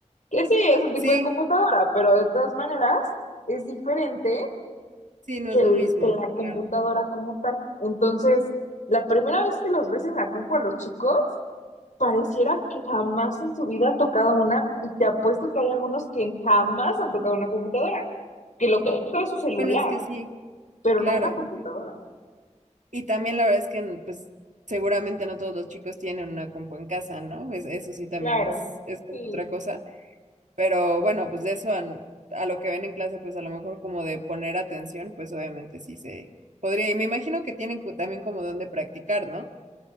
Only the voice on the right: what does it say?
sí,
sí, no
es lo
mismo,
claro.
Bueno, es que sí,
claro.
Y también la verdad es que, pues, seguramente no todos los chicos tienen una compu en casa, ¿no? Es- eso sí también
es, es como
otra cosa. Pero bueno, pues de eso a, a lo que ven en clase, pues a lo mejor como de poner atención, pues obviamente sí se podría. Y me imagino que tienen co- también como donde practicar, ¿no?